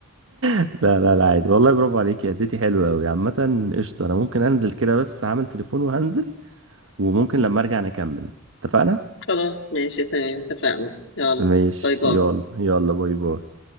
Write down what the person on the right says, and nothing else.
لا لا لا عادي والله برافو عليكي اديتي حلوة قوي عامة قشطة انا ممكن انزل كده بس هعمل تليفون وهنزل وممكن لما ارجع نكمل اتفقنا
ماشي
يلا يلا باي باي